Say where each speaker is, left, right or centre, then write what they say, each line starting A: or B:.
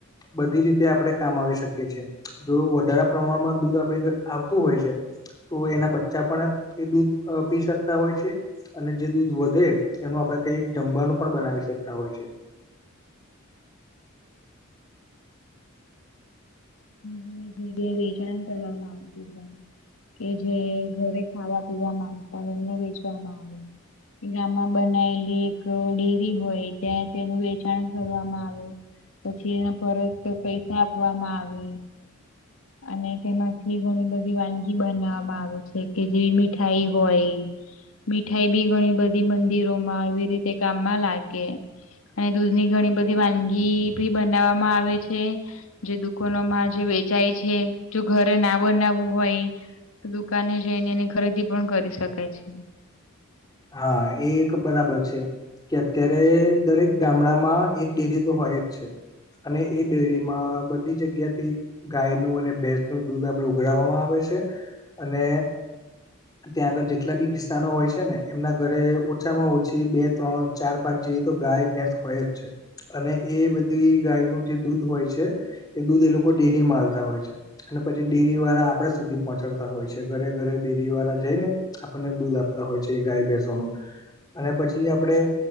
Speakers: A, on the left; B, on the left.
A: બધી રીતે આપડે કામ આવી શકી છે, જો વધારેા પ્રમાણમાં દૂધ આપડી આવતું હોય છે. તો એના બચ્ચા પણ એ દૂધ પી શકતા હોય છે. અને જે દૂધ વધે એનું આપડે કઈ જમવાનું પણ બનાવી શકતા હોય છે.
B: ઘણી જગ્યા વેચાણ કરવામાં આવતું છે. કે જે ઘરે ખાવા પીવા માંગતા એમને વેચવામાં આવે. ગામમાં બનાયલી એક ડેરી હોય ત્યાં તેનું વેચાણ કરવામાં આવે. પછી એના પરત પૈસા આપવામાં આવે. અને તેમાંથી ઘણી બધી વાનગી બનાવામાં આવે છે કે જેવી મીઠાઈ હોય. મીઠાઈ બી ઘણી બધી મંદિરોમાં એ રીતે કામમાં લાગે. અને દૂધની ઘણી બધી વાનગી ભી બનાવવામાં આવે છે. જે દુકોનો માં જે વેચાય છે જો ઘરે ના બનાવવું હોય. દુકાને જઈને એની ખરીદી પણ કરી શકાય છે.
A: હા એ એક બરાબર છે. કે અત્યારે દરેક ગામડામાં એક ડેરી તો હોય જ છે. અને એ ડેરી માં બધી જગ્યા થી ગાય નું અને ભેંસ ન દૂધ આપડ ઉઘરાવામાં આવે છે અને ત્યાં આગળ જેટલા બી કિસ્સાનો હોય છે ને. એમના ઘરે ઓછામાં ઓછી બે ત્રણ ચાર પાંચ જેવી તો ગાય ભેંસ હોય જ છે. અને એ બધી ગાયનું જે દૂધ હોય છે, એ દૂધ એ લોકો ડેરી માલતા હોય છે. અને પછી ડેરી વાળા આપડે સુધી પહોંચાડતા હોય છે ઘરે ઘરે ડેરી વાળા જઈ ને. આપણને દૂધ આપતા હોય છે, ગાય ભેસવાનું અને પછી આપણેે